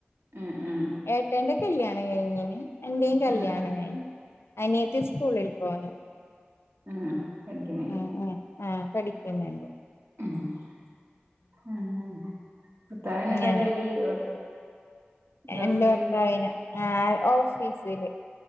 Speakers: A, on the right; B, on the left.
A: ആഹ് ആഹ്
B: ഏട്ടേന്റെ കല്യാണം കഴിഞ്ഞന് എന്റെയും കല്യാണം
A: ആഹ് ആഹ്
B: കഴിഞ് അനിയത്തി സ്കൂളിൽ പോന്നു
A: ഉ. പഠിക്ക്ണേ
B: ഉം ആഹ് പഠിക്ക്ന്ന് ണ്ട്.
A: <unintelligible>
B: അങ്ങനെ
A: ഗൾഫില്
B: എന്റെ ഭർത്താവിനെ ആഹ് ഓഫീസില്